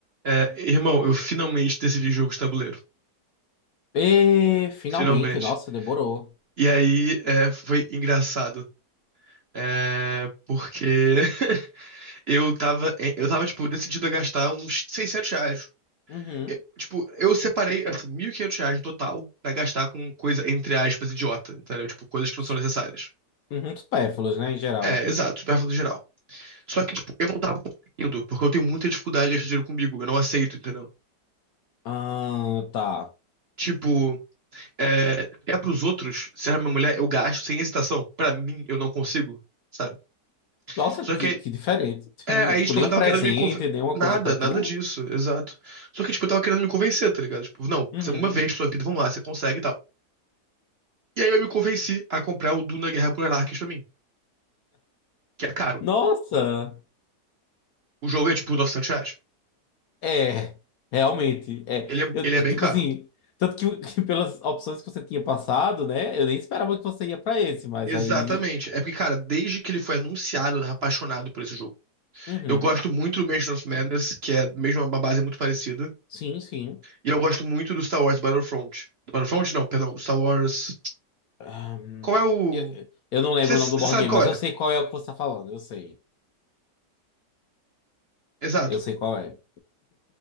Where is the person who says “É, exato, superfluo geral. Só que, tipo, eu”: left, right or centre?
Right